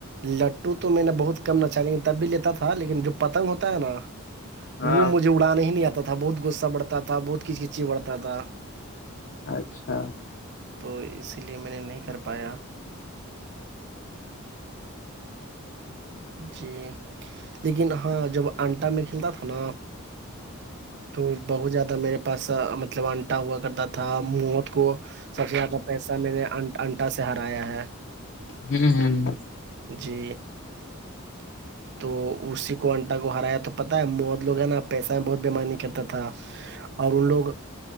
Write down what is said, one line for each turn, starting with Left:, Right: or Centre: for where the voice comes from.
Right: لٹو تو میں نے بہت کم نچا تب بھی لیتا تھا لیکن جو پتنگ ہوتا ہے نا
Left: ہاں
Right: وہ مجھے اڑا نہیں نہیں آتا تھا بہت غصہ بڑھتا تھا بہت کھچ کچی بڑھتا تھا
Left: اچھا
Right: تو اسی لیے میں نے نہیں کر پایا جی لیکن ہاں جب انٹا میں کھیلتا تھا نا تو بہت زیادہ میرے پاس مطلب انٹا ہوا کرتا تھا موت کو سب سے زیادہ پیسہ میں نے ان انٹا سے ہرایا ہے
Left: ہوں ہ
Right: جی ج تو اسی کو انٹا کو ہرایا تو پتاہ ہے موت لوگ ہیں نا پیسہ میں بہت بیمانی کرتا تھا اور ان لوگ